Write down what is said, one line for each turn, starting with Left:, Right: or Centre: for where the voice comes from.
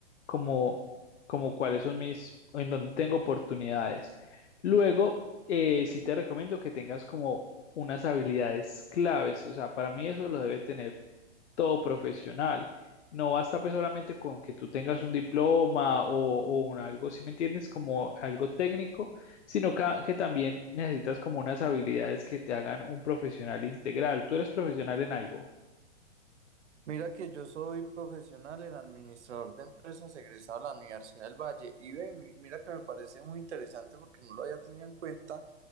Left: como, como cuáles son mis, en dónde tengo oportunidades. Luego, eh, sí te recomiendo que tengas como unas habilidades claves, o sea, para mí eso lo debe tener todo profesional. No basta pues solamente con que tú tengas un diploma o, o un algo, si me entiendes, como algo técnico, sino ca- que también necesitas como unas habilidades que te hagan un profesional integral. ¿Tú eres profesional en algo?
Right: Mira que yo soy profesional en administrador de empresas egresado de la Universidad del Valle y ve, mi- mira que me parece muy interesante porque no lo había tenido en cuenta